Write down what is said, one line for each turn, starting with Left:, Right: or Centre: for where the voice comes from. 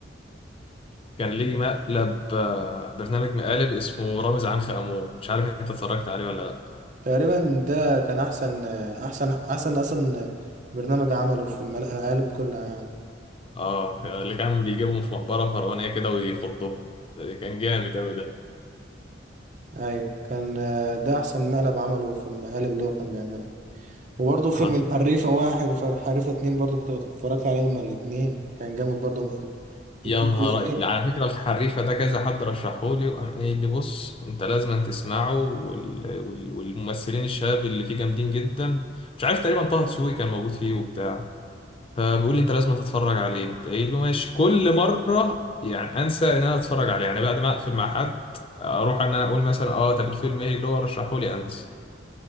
Left: كان ليه مقلب آه، برنامج مقالب اسمه رامز عنخ أمون مش عارف انت اتفرجت عليه ولا لا
Right: تقريبا ده كان أحسن أحسن أحسن أصلا برنامج عمله في المقالب كلها يعني
Left: اه اللي كان بيجيبهم في مقبرة فرعونية كده ويخضهم ده كان جامد أوي ده
Right: أيوة كان آه، ده أحسن مقلب عمله في المقالب اللي هو كان بيعملها وبرضه
Left: حص-
Right: فيلم الحريفة واحد وفي الحريفة اتنين برضه كنت اتفرجت عليهم هما الاتنين كان جامد برضه
Left: يا
Right: الجزئين
Left: نهار أي- على فكرة الحريفة ده كذا حد رشحهولي وقام قايل لي بص انت لازم تسمعه وال... وال... والممثلين الشباب اللي فيه جامدين جدا مش عارف تقريبا طه دسوقي كان موجود فيه وبتاع فبيقول لي انت لازم تتفرج عليه قلت له ماشي كل مره يعني انسى ان انا اتفرج عليه يعني بعد ما اقفل مع حد اروح ان انا اقول مثلا اه طب الفيلم ايه اللي هو رشحه لي انسى